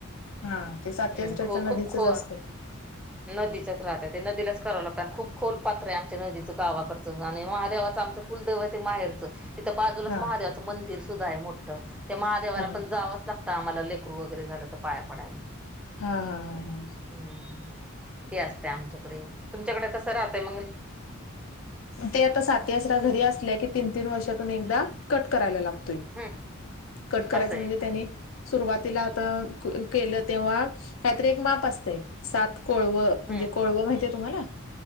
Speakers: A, on the left; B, in the centre.
A: हा ते साती
B: हम्म,
A: आसऱ्याच
B: खो खूप
A: नदीचच
B: खो
A: असते
B: नदीच्याच राहतात. ते नदीलाच करावं लागतं आणि खूप खोल पात्र आहे आमच्या नदीचं गावाकडचं आणि महादेवाचं आमचं कुलदैवत माहेर तिथं बाजूलाच
A: हा
B: महादेवाचं मंदिर सुद्धा आहे मोठं त्या महादेवाला
A: हा हा
B: पण जावंच लागत आम्हाला लेकरू वगैरे झालं तर पाया पडायला.
A: हा हा हा हा.
B: हम्म ते असतं आमच्याकडे तुमच्याकडे कसं राहतय मंग
A: ते आता साती आसरा घरी असल्या की तीन तीन वर्षातून एकदा कट करायला लाग
B: हम्म
A: कट करायच
B: असं
A: म्हणजे
B: आहे का
A: त्यानी सुरुवातीला केलं तेव्हा काहीतरी एक माप असते सात कोळवं म्हणजे
B: हम्म
A: कोळवं माहितीये तुम्हाला